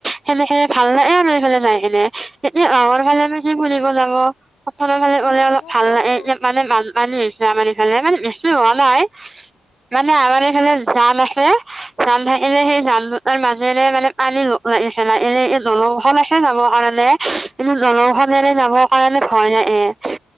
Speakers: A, on the right (about 25°); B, on the left (about 75°).
A: সেনেকে ভাল লাগে আৰু এফালে যাই মানে। এতিয়া গাঁৱৰ ফালে <unintelligible> ফালে গলে আক', পথাৰৰ ফালে
B: আমাৰ
A: গ'লে অলপ
B: এইফালে
A: ভাল মানে
B: আৰু
A: এতিয়া পানী বানপানী <unintelligible> ফালে মানে বেছি হোৱা নাই মানে আমাৰ এইফালে জান আছে। জান থাকিলে সেই জান দুটাৰ মাজেৰে মানে পানী এইফালে এনে এই দলংখন আছে যাবৰ কাৰণে কিন্তু, দলংখন এনে যাবৰ কাৰণে ভয় লাগে।